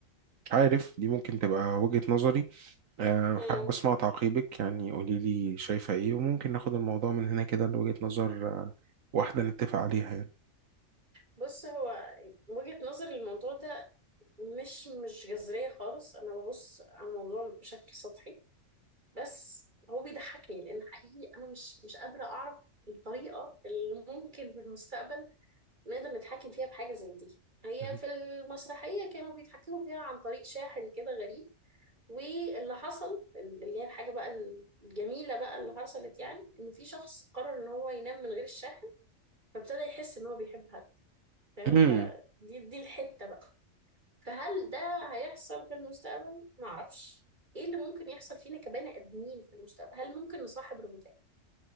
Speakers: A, on the right; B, on the right.
A: مش عارف دي ممكن تبقى وجهة نظري آه،
B: مم.
A: حابب أسمع تعقيبك يعني قولي لي شايفة إيه وممكن ناخد الموضوع من هنا كده لوجهة نظر آه، واحدة نتفق عليها يعني
B: بص هو وجهة نظري للموضوع ده مش مش جذرية خالص أنا ببص على الموضوع بشكل سطحي بس هو بيضحكني لأن حقيقي أنا مش مش قادرة أعرف الطريقة اللي ممكن في المستقبل نقدر نتحكم فيها بحاجة زي دي هي
A: مهم.
B: في المسرحية كانوا بيتحكموا فيها عن طريق شاحن كده غريب واللي حصل اللي هي الحاجة بقى الجميلة بقى اللي حصلت يعني إن في شخص قرر إن هو ينام من غير الشاحن فابتدى يحس إن هو بيحب حد فاهم
A: مم.
B: فدي دي الحتة بقى فهل ده هيحصل في المستقبل؟ معرفش إيه اللي ممكن يحصل فينا كبني آدمين في المستقبل؟ هل ممكن نصاحب روبوتات؟